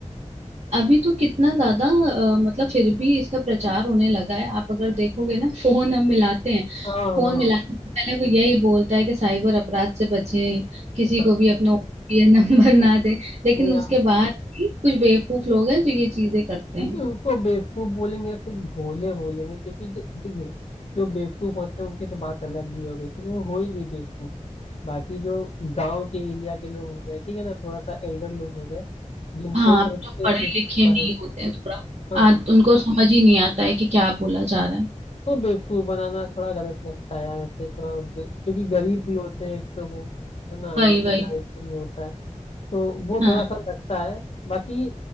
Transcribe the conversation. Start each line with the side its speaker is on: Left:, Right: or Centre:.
Right: अभी तो कितना ज्यादा अ, मतलब फिर भी इसका प्रचार होने लगा है आप अगर देखोगे ना फोन हम मिलाते हैं
Left: हाँ हाँ
Right: फोन मिलाने से पहले वो यही बोलता है कि साइबर अपराध से बचें किसी
Left: हाँ
Right: को भी अपना ओटीपी नंबर ना दें लेकिन
Left: नहीं
Right: उसके
Left: आप
Right: बाद भी कुछ बेवकूफ लोग हैं जो ये चीजें करते हैं
Left: नहीं उनको बेवकूफ बोलेंगे या कुछ भोले बोलेंगे क्योंकि ज- देखिए जो बेवकूफ होते हैं उनकी तो बात अलग ही हो गई ठीक है वो हो ही गई बेवकूफ बाकी जो गांव के एरिया के लोग हो गए ठीक है ना थोड़ा सा एल्डर लोग हो गए जिनको
Right: हाँ आप
Left: नहीं
Right: जो
Left: है
Right: पढ़े
Left: इस चीज
Right: लिखे
Left: के
Right: नहीं
Left: बारे में
Right: होते हैं थोड़ा
Left: हाँ,
Right: आज उनको समझ ही नहीं आता है कि क्या बोला जा रहा है
Left: वो बेवकूफ बनाना थोड़ा गलत लगता है यार ऐसे थोड़ा उनके क्योंकि गरीब भी होते हैं एक तो वो है ना
Right: वही
Left: उनको
Right: वही वही।
Left: आइडिया नहीं होता है तो वो
Right: हाँ
Left: थोड़ा सा लगता है बाकी